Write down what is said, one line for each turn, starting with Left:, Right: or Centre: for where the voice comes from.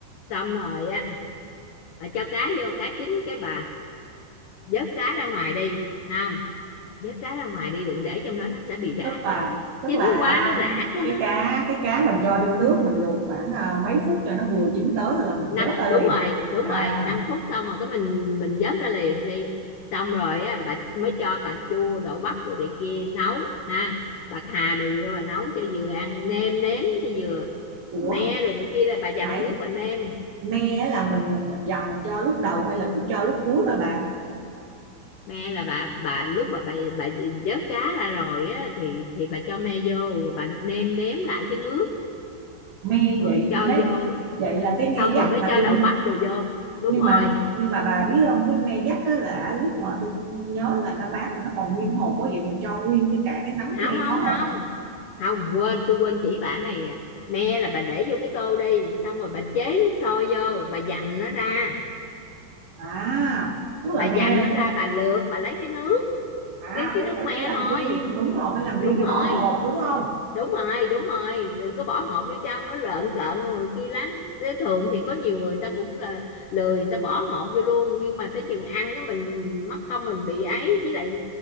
Left: xong rồi á bà cho cá vô cá chín cái bà vớt cá ra ngoài đi không vớt cá ra ngoài đi đừng để trong đó nó sẽ bị rã
Right: tức là
Left: cá
Right: tức
Left: chín
Right: là
Left: quá nó rã cá
Right: cái cá cái cá mình cho vô nước mình luộc khoảng à, mấy phút cho nó vừa chín tới rồi là mình
Left: năm
Right: vớt ra
Left: đúng
Right: liền.
Left: rồi đúng
Right: À
Left: rồi 5 phút xong rồi cái mình mình vớt ra liền đi xong rồi á bà mới cho cà chua đậu bắp rồi này kia nấu ha bạc hà rồi vô bà nấu cho vừa ăn nêm nếm cho vừa
Right: ủa
Left: me rồi này kia là bà dầm
Right: nãy
Left: nước bà nêm
Right: me á là mình mình mình dầm mình cho lúc đầu hay là cũng cho lúc cuối thôi bà?
Left: me là bà bà lúc mà bà bà vớt cá ra rồi á thì thì bà cho me vô rồi bà nêm nếm lại cái nước
Right: Me
Left: rồi
Right: vậy
Left: cho
Right: nấy
Left: vô
Right: vậy là cái
Left: xong
Right: me dắt
Left: rồi mới
Right: mà
Left: cho
Right: tôi
Left: đậu bắp đồ vô đúng
Right: nhưng
Left: rồi
Right: mà nhưng mà bà biết không cái me dắt á là lúc mà tôi nhớ là nó bán là nó còn nguyên hột quá vậy mình cho nguyên cái cả cái nắm
Left: không
Right: me
Left: không
Right: có hột.
Left: không không quên tôi quên chỉ bà này nè. me là bà để vô cái tô đi xong rồi bà chế nước sôi vô bà dầm nó ra
Right: À tức
Left: bà
Right: là me
Left: dầm nó ra bà lượt bà lấy cái nước
Right: à
Left: cái cái
Right: phải
Left: nước
Right: phải
Left: me
Right: phải làm
Left: thôi
Right: riêng đúng rồi phải làm
Left: đúng
Right: riêng cho bỏ
Left: rồi
Right: hột đúng không
Left: đúng rồi đúng rồi đừng có bỏ hộp vô trong nó lợn cợn rồi này kia lắm thế thường thì có nhiều người người ta cũng là lười người ta bỏ hộp vô luôn nhưng mà tới chừng ăn cái mình mất công mình bị ấy với lại